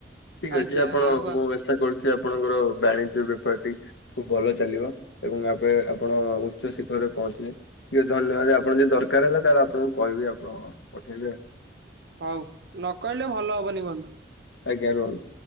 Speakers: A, on the left; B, on the right.
A: ଠିକ
B: ଆଜ୍ଞା
A: ଅଛି ଆପଣ
B: ଆଉ
A: ମୁଁ ଆଶା କରୁଛି ଆପଣଙ୍କର ବାଣିଜ୍ୟ ବେପାରଟି ଖୁବ ଭଲ ଚାଲିବ ଏବଂ ଆପେ ଆପଣ ଉଚ୍ଚ ଶିଖରରେ ପହଞ୍ଚିଲେ ଏ ଧନ୍ୟବାଦ। ଆପଣ ଯଦି ଦରକାର ହେଲା ତାହେଲେ ଆପଣଙ୍କୁ କହିବି, ଆପଣ ପଠେଇବେ ଆଉ।
B: ହଉ ନକହିଲେ ଭଲ ହବନି ବନ୍ଧୁ।
A: ଆଜ୍ଞା ରୁହନ୍ତୁ।